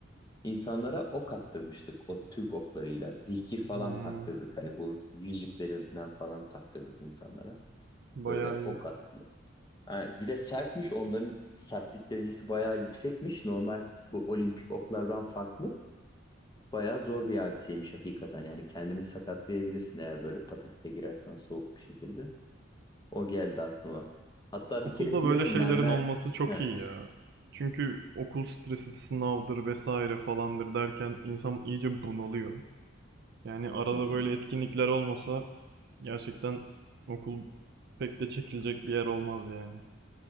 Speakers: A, on the left; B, on the right.
A: İnsanlara ok attırmıştık o Türk oklarıyla. Zikir falan
B: Hmm.
A: taktırdık hani bu yüzüklerinden falan taktırdık insanlara.
B: Bayağı
A: Böyle
B: iyi.
A: ok attılar. Yani bir de sertmiş onların sertlik derecesi bayağı yüksekmiş. Normal bu olimpik oklardan farklı. Bayağı zor bir hadiseymiş hakikaten. Yani kendini sakatlayabilirsin eğer böyle pataküte girersen soğuk bir şekilde. O geldi aklıma. Hatta
B: Okulda
A: bir keresinde
B: böyle
A: de
B: şeylerin
A: mermer...
B: olması çok
A: Ha.
B: iyi ya. Çünkü okul stresi, sınavdır vesaire falandır derken insan iyice bunalıyor. Yani arada
A: Hmm.
B: böyle etkinlikler olmasa gerçekten okul pek de çekilecek bir yer olmaz yani.